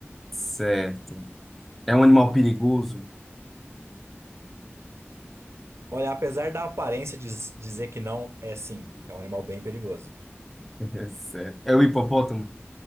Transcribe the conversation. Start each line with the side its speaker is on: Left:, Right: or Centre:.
Centre: Certo. É um animal perigoso?
Right: Olha, apesar da aparência diz- dizer que não, é sim, é um animal bem perigoso.
Centre: <laughs> Certo. É o hipopótamo?